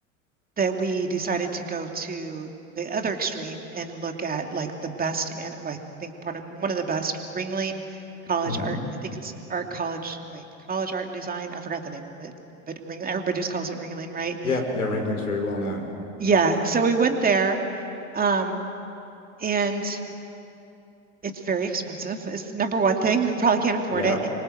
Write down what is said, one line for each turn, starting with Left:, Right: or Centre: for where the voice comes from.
Right: that we decided to go to the other extreme and look at like the best, and well, I think one of one of the best Ringling College
Left: hmm
Right: Art, I think it's Art College, wait, College Art and Design. I forgot the name of it, but Ring, everybody just calls it Ringling, right?
Left: Yeah. Yeah. Ringling's very well known.
Right: Yeah. So we went there, um, and It's very expensive. It's the number one thing. We probably can't afford
Left: Yeah.
Right: it.